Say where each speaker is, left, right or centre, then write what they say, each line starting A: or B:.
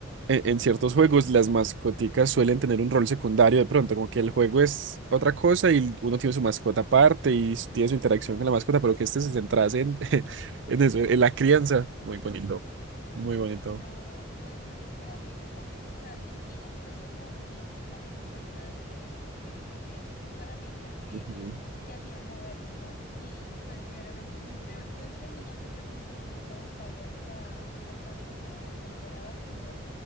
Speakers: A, on the right; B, on the left.
A: en, en ciertos juegos las mascoticas suelen tener un rol secundario de pronto, como que el juego es otra cosa y uno tiene su mascota aparte y s- tiene su interacción con la mascota, pero que este se centrase en, <laughs> en eso, en la crianza. Muy bonito, muy bonito.
B: No, no, y ponle cuidado que yo también, o sea, el Kinect fue como una época muy bonita de, de, de Xbox para mí porque
A: Ujú,
B: te hacía mover, ¿no? Y pues yo era una, yo, yo de niña siempre fui como muy sedentaria hasta, hasta antes de, de entrar a básquetbol,